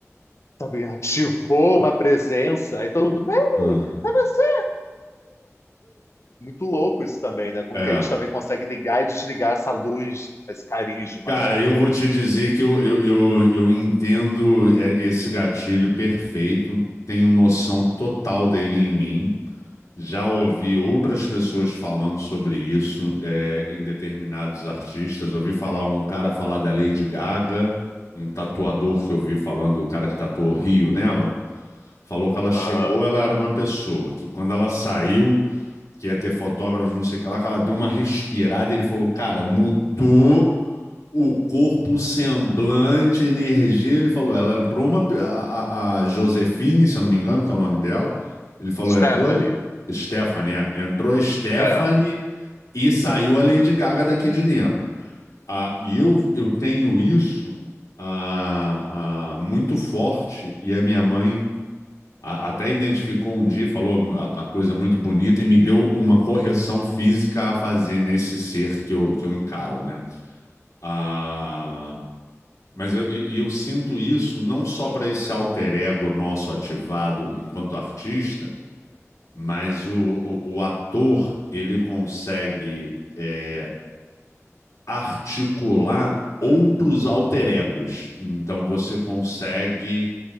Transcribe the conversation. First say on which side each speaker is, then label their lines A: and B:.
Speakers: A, on the left (about 60°); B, on the left (about 85°).
A: sabe, ativou uma presença, aí todo mundo, Mary,
B: ah,
A: é você! Muito louco isso também, né? Como
B: é.
A: que a gente também consegue ligar e desligar essa luz, esse carisma,
B: Cara,
A: né?
B: eu vou te dizer que eu, eu, eu, eu entendo é, esse gatilho perfeito, tenho noção total dele em mim. Já ouvi outras pessoas falando sobre isso, é, em determinados artistas. Ouvi falar um cara falar da Lady Gaga, um tatuador que eu vi falando, o cara que tatuou Rio nela, falou que ela chegou,
A: Aham.
B: ela era uma pessoa, que quando ela saiu, que ia ter fotógrafos, não sei o que lá, que ela deu uma respirada e ele falou, cara, mudou o corpo, o semblante, a energia. Ele falou, ela entrou uma. pe- A, a- a Josefine, se eu não me engano, que é o nome dela. Ele falou,
A: Stephanie,
B: entrou. Stephanie, é. Entrou a Stephanie
A: é,
B: e saiu a Lady Gaga daqui de dentro. Ah, e eu, eu tenho isso ah, ah, muito forte, e a minha mãe a- até identificou um dia, e falou a, a coisa muito bonita e me deu uma correção física a fazer nesse ser que eu, que eu encaro, né? Ah, mas eu, e- e eu sinto isso não só para esse alter ego nosso ativado enquanto artista, mas o, o, o ator ele consegue é, articular outros alter egos. Então você consegue